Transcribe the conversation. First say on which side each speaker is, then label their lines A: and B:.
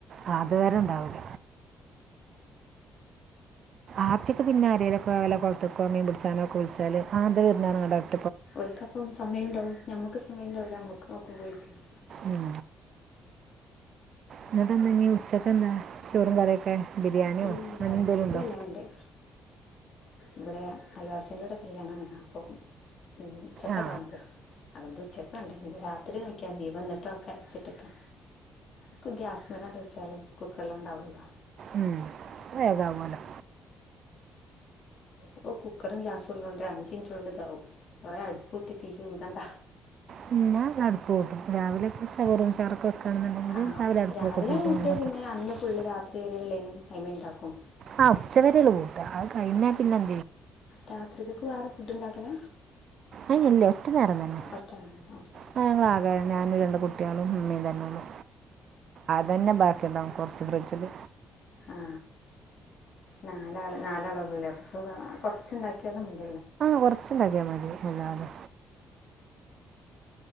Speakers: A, on the right; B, on the left.
A: അഹ് അതുവരെ ഇണ്ടാവൂല ആദ്യക്കെ പിന്നെ ആരെലൊക്കെ വല്ല കൊൾത്ക്കോ മീൻ പിടിച്ചാനോ ഒക്കെ വിളിച്ചാല് ആ ദേ വര്ന് പർഞാണ്ട്
B: ഒൽക്ക് അപ്പം സമയം ഇണ്ടാവും, ഞമ്മക്ക് സമയം ഇണ്ടാവുല്ല, നമ്മക്ക് നോക്കൻ പോയി <unintelligible>
A: ഉം എന്നിട്ടെന്താ ഇനി ഉച്ചക്ക് എന്താ ചോറും കറിയൊക്കെ ബിരിയാണിയോ
B: ഇല്ല
A: അങ്ങനെ
B: ഉച്ചക്ക്
A: എന്തേലും ഉണ്ടോ
B: കല്യാണമുണ്ട് ഇവിടെ അൽവാസിൻ്റോടെ കല്യാണാണ് അപ്പം ഉച്ചക്കതാണ്
A: ആ
B: അതുകൊണ്ട് ഉച്ചക്ക് ഉണ്ട്, ഇനി രാത്രി നോക്കിയ മതി, വന്നിട്ട് നോക്ക <unintelligible> ക്കെ ഗ്യാസ് മലാണ്ട് വെച്ചാല് കുക്കറിലാണ്ടാവല്ലോ
A: ഉം വേഗാവോലോ
B: ഉപ കുക്കറും ഗ്യാസുംള്ളോണ്ടരഞ്ചിൻറ്റോണ്ട് ഇതാവും കുറെ അടുപ്പൂട്ടി തീ ഊതണ്ട
A: പിന്നെ അടുപ്പ് കൂട്ടും രാവലെയൊക്കെ <unintelligible> വെക്കണ്ന്നോണ്ടെങ്കില്
B: ആ
A: രാവിലെ അടുപ്പ
B: കൂട്ടിയാൽ പിന്നെ
A: <unintelligible>
B: അന്ന് ഫുള്ള് രാത്രി വരെള്ളേന് അയ്‌മെ ഇണ്ടാക്കും
A: ആ ഉച്ചാവെരെള്ളു കൂട്ടാ അത് കഴിഞ്ഞാ പിന്നെ <inaudible>
B: രാത്രിക്കക്ക് വേറെ ഫുഡ് ഉണ്ടാക്കല
A: അല്ലല്ല ഒറ്റ നേരം തന്നെ
B: ഒറ്റ ഓക്കെ
A: ആ ഞങ്ങളാ കേ ഞാനും രണ്ട് കുട്ടിയേളും ഇമ്മിം തന്നെ ഒള്ളൂ അത് തന്നെ ബാക്കി ഇണ്ടാവും കുറച്ച് ഫ്രിഡ്ജ് ല്
B: ആ നാലാള് നാലാളുള്ളൂല്ലേ അപ്പ സുഖാ കൊറച്ചുണ്ടാക്കിയാലും <unintelligible>
A: ആഹ് കൊറച്ചുണ്ടാക്കിയാ മതി, അല്ലാ അതെ